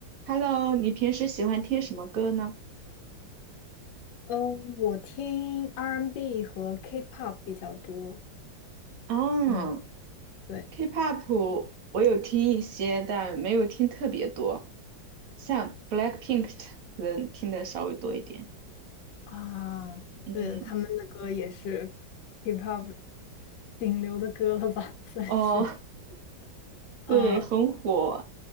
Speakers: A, on the right; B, on the left.
A: Hello，你平时喜欢听什么歌呢？
B: 嗯，我听 R&B 和 K-pop 比较多。
A: 嗯
B: 嗯，对，
A: ，K-pop 我有听一些，但没有听特别多，像 Blackpink 的人听的稍微多一点。
B: 啊，
A: 嗯，
B: 对的，他们的歌也是 K-pop 顶流的歌了吧，<laughs> 算是。
A: 哦，<laughs> 对，
B: 嗯。
A: 很火。